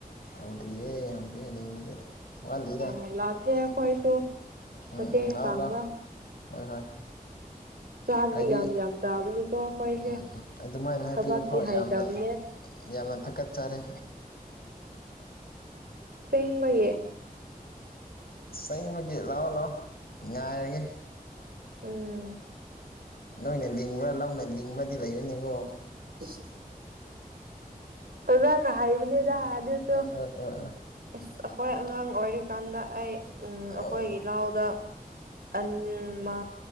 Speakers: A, on the left; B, on the right.
A: ꯍꯥꯎꯗ꯭ꯔꯤꯌꯦ ꯍꯗꯔꯤ ꯂꯤꯡꯕꯗꯤ ꯋꯥꯠꯂꯤꯗ
B: ꯑꯣ ꯂꯥꯛꯀꯦ ꯄꯥꯏꯄꯣ
A: ꯎꯝ
B: ꯃꯇꯦꯡ
A: ꯎꯝ ꯂꯥꯛꯑꯣ
B: ꯄꯥꯡꯕ
A: ꯂꯥꯛꯑꯣ ꯍꯣꯏ ꯍꯣꯏ
B: ꯆꯥꯛꯗꯤ
A: ꯍꯥꯏꯕꯤꯨ
B: ꯌꯥꯝ ꯌꯥꯝ ꯆꯥꯕꯅꯤꯀꯣ ꯑꯩꯈꯣꯏꯁꯦ
A: ꯎꯝ ꯎꯝ ꯑꯗꯨꯃꯥꯏꯅ ꯍꯥꯏꯕꯤꯌꯨ
B: ꯊꯕꯛꯇꯤ
A: ꯐꯥꯎ
B: ꯍꯩꯇꯕꯅꯦ
A: ꯌꯥꯝꯅ ꯌꯥꯝꯅ ꯊꯥꯀꯠꯆꯔꯤ
B: ꯍꯨꯏ ꯂꯦꯏꯌꯦ
A: ꯆꯩꯪ ꯑꯦꯡꯕꯒꯤ ꯂꯥꯛꯑꯣ ꯂꯥꯛꯑꯣ ꯉꯥꯏꯔꯒꯦ
B: ꯎꯝ
A: ꯅꯣꯏꯅ ꯂꯤꯡꯕ ꯂꯧꯅ ꯂꯤꯡꯕꯗꯤ ꯂꯩꯔꯅꯤꯀꯣ
B: <inaudible> ꯑꯖꯅꯥ ꯍꯥꯏꯕꯅꯤꯗ ꯍꯥꯏ
A: ꯑꯣ ꯑ
B: <unintelligible> ꯑꯩꯈꯣꯏ ꯑꯉꯥꯡ ꯑꯣꯏꯔꯤꯀꯥꯟꯗ ꯑꯩ ꯎꯝ
A: ꯑꯣ
B: ꯑꯩꯈꯣꯏꯒꯤ ꯂꯥꯎꯗ ꯑꯟꯃ